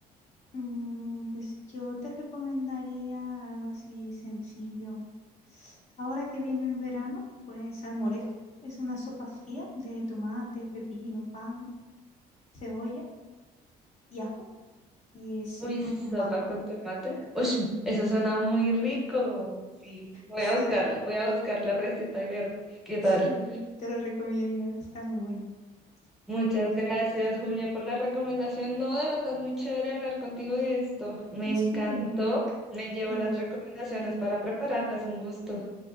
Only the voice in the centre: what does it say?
Uy,
sopa
con tomate. Uy, eso suena muy rico. Sí, voy
a buscarla, voy a buscar la receta y ver qué tal.
Muchas gracias, Julia, por la recomendación. No, de verdad, muy chévere hablar contigo de esto. Me encantó.
Me llevo
las recomendaciones para prepararlas. Un gusto.